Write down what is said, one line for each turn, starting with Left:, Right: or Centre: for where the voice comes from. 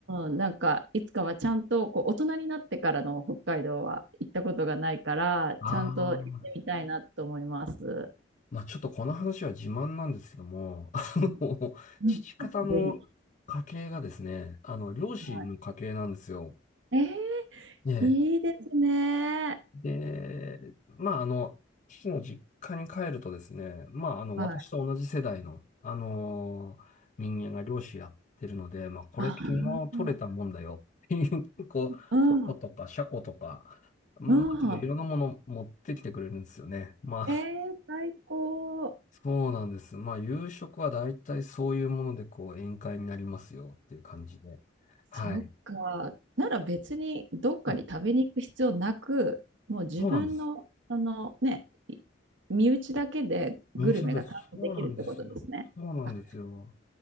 Right: ん、なんか、いつかはちゃんと、こう、大人になってからの北海道は行ったことがないから、
Left: ああ。
Right: ちゃんと行ってみたいなと思います。
Left: まあちょっとこの話は自慢なんですけども、<laughs> あの、
Right: うん、うん、
Left: 父方の
Right: ぜひ。
Left: 家系がですね、あの、漁師の家系なんですよ。
Right: はい。え
Left: ね
Right: ー、いいですね。
Left: え。で、まああの、父の実家に帰るとですね、まああの、
Right: はい。
Left: 私と同じ世代の、あの、人間が漁師やってるので、まあこれ昨日取れたもんだよっていう、
Right: あー、
Left: こう、
Right: うん、
Left: タコとかシャコとか、まあ、
Right: うん。
Left: いろんなもの持ってきてくれるんですよね。まあ
Right: えー、最高。
Left: そうなんです。まあ、夕食は大体そういうもので、こう、宴会になりますよっていう感じで。はい。
Right: そっか。なら別にどっかに食べに行く必要なく、
Left: はい。
Right: もう自分の、
Left: そうなんです。
Right: そのね、い身内だけでグルメが堪能できるってことですね。
Left: 身内なんです。そうなんですよ。そうなんですよ。
Right: あ、